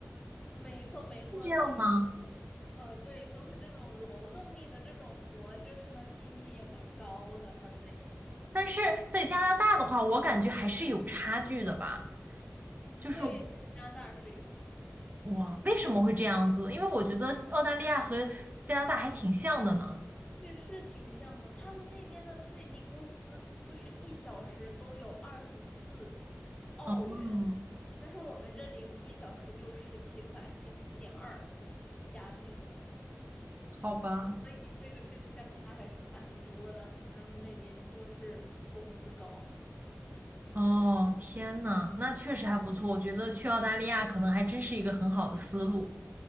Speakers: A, on the left; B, on the right.
A: 没错，没错，
B: 是这样吗？
A: 都是，呃，对，都是这种劳动力的这种活，就是呢，薪资也蛮高的，他们那边。
B: 但是在加拿大的话，我感觉还是有差距的吧。就是
A: 对，在加拿大是有啊，
B: 哇，为什么会这样子？因为我觉得澳大利亚和加拿大还挺像的呢。
A: 对，是挺像的。他们那边的最低工资就是一小时都有二十四澳元。
B: 嗯，
A: 但是我们这里一小时就十七块，十七点二加币，
B: 好吧。
A: 所以这个这个相差还是蛮多的。他们那边就是工资高，
B: 哦，天呐，那确实还不错。我觉得去澳大利亚可能还真是一个很好的思路。